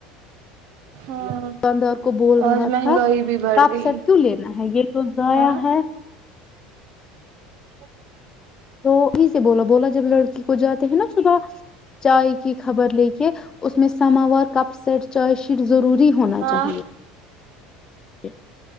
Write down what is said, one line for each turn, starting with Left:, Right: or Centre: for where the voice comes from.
Right: ہاں
Left: داندار کو بول رہا
Right: آج مہنگائی
Left: تھا
Right: بھی بڑھ
Left: کاپ
Right: گئی
Left: سیٹ کیوں لینا ہے یہ تو ضایا
Right: ہاں
Left: ہے
Right: ہ
Left: تویں سے بولا بولا جب لڑکی کو جاتے ہیں نا صبح چائے کی خبر لے کے اس میں سماور کپ سیٹ چارج شیٹ ضروری ہونا
Right: ہاں
Left: چاہیے ج